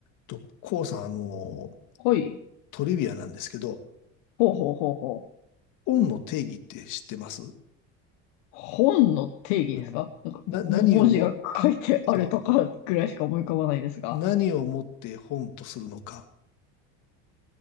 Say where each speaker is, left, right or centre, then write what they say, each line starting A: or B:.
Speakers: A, on the left (about 60°); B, on the left (about 75°).
A: と、こうさん、あの、
B: はい。
A: トリビアなんですけど、
B: ほうほうほうほう。
A: 本の定義って知ってます
B: 本の定義ですかなんか、
A: うん。な、何をも、
B: も、文字が書いてあるとかぐらいしか思い浮かばないですが。
A: そう、何をもって本とするのか。